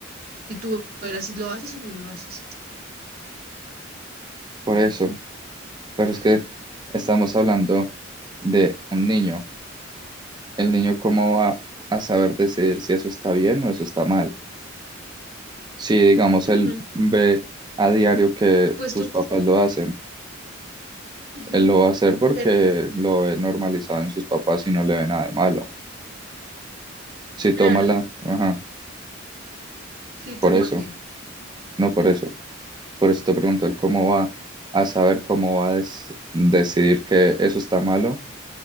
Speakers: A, on the right; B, on the right.
A: y tú verás si lo haces o no lo haces.
B: Por eso, pero es que estamos hablando de un niño. El niño cómo va a saber decidir si eso está bien o eso está mal. Si digamos
A: Ujú,
B: él ve a diario que
A: Pues
B: sus
A: tú,
B: papás lo hacen,
A: ujú.
B: él lo va a hacer porque
A: Pero pues,
B: lo ve normalizado en sus papás y no le ve nada de malo. Si
A: claro.
B: toma la, ajá,
A: sí, toma
B: por eso,
A: que.
B: no por eso. Por eso te pregunto, el cómo va a saber cómo va a des- decidir que eso está malo